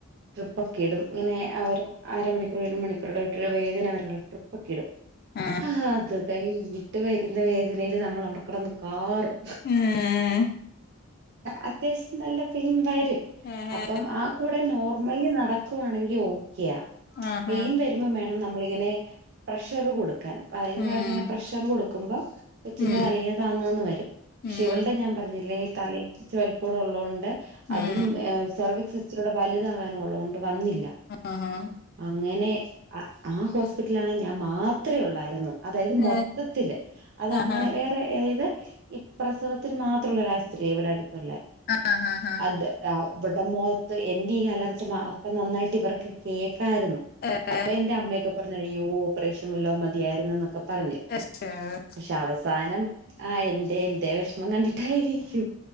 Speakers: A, on the right; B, on the left.
A: ട്രിപ്പക്ക ഇടും ഇങ്ങനെ ഒരു അര മണിക്കൂർ ഒരു മണിക്കൂറട വിട്ട് വേദന വരുള്ളു ട്രിപ്പൊക്കെ ഇടും
B: ആഹ് ആഹ്
A: ഹാ അത് കൈഞ്ഞിട്ട് വരുന്ന വേദനയില് നമ്മള് അവട കടന്ന് കാറും
B: ഉം
A: അത്യാവശ്യം നല്ല പെയിൻ വരും
B: ആഹാ
A: അപ്പം ആ കൂടെ നോർമലി നടക്കുവാണെങ്കി ഓക്കെ
B: ആഹാ
A: പൈൻ വരും വേണം നമ്മളിങ്ങനെ പ്രഷറ് കൊടുക്കാൻ <unintelligible>
B: ഉം
A: പ്രഷറ് കൊടുക്കുമ്പം കൊച്ചി്ന്റെ
B: ഉം
A: തല ഇങ്ങനെ താന്ന് താന്ന് വരും പക്ഷേ
B: ഉം
A: ഇവൾടെ ഞാൻ പറഞ്ഞില്ലേ തലക്ക് ഇച്ചിരി വൽപ്പള്ളതൊണ്ട്
B: ഉം
A: അതും ഏ സർവിക്സ് ഇച്ചിരിയൂടെ വല്താവാനു ഉള്ളൊണ്ട് വന്നില്ല
B: ആഹാ
A: അങ്ങനെ ആ ഹോസ്പിറ്റൽ ആണെ ഞാൻ മാത്രെ ഒള്ളായിരുന്നു അതായത് മൊത്തത്തില്
B: ഏഹ്
A: അതങ്ങന
B: ആഹാ
A: വേറെ ഇത് ഈ പ്രസവത്തിന് മാ ത്ത്ള്ള ഒരാഷ്ത്രീ ഇവട അട്ത്ത്ള്ളെ
B: ആ ഹാ ഹാ
A: അത് ആ ഇവട മൊത്ത് എന്റെ ഈ അലർച്ച മാ അപ്പം നന്നായിട്ട് ഇവർക്ക് കേക്കായിരുന്നു
B: ഏഹ്
A: അപ്പ എന്റെ അമ്മയൊക്കെ പർഞ്ഞു അയ്യോ ഓപ്പറേഷൻ വല്ലോം മതിയായിരുന്നുന്നൊക്കെ പറഞ്
B: <unintelligible>
A: ശവസാനം ആ എന്റെ എന്റെ വിഷമം കണ്ടിട്ടായിരിക്കും